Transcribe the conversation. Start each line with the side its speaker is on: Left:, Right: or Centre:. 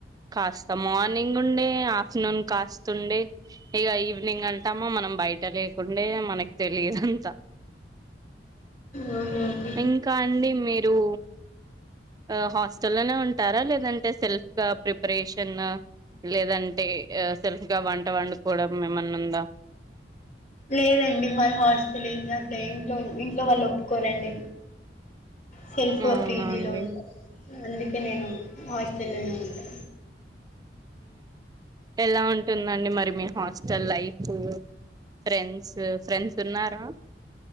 Right: కాస్త మార్నింగ్ ఉండే ఆఫ్టర్నూన్ కాస్త ఉండే ఇగ ఈవినింగ్ అంత మనం బయట లేకుండే మనకి తెలియదంత
Left: అవునవును
Right: ఇంకా అండి మీరు ఆ హాస్టల్ లోనే ఉంటారా లేదంటే సెల్ఫ్ గా ప్రిపరేషన్ లేదంటే ఆ సెల్ఫ్గా వంట వండుకోవడం ఎమన్నుందా
Left: లేదండి మరి హాస్టల్ ఏం అట్లా ఇంట్లో ఇంట్లో వాళ్ళు ఒప్పుకోరండి సెల్ఫ్గా
Right: అవునా
Left: పీ జీ
Right: అండి
Left: లో ఉంటాను అందుకే నేను హాస్టల్లోనే ఉంటా
Right: ఎలా ఉంటుందండి మరి మీ హాస్టల్ లైఫు ఫ్రెండ్స్ ఫ్రెండ్స్ ఉన్నారా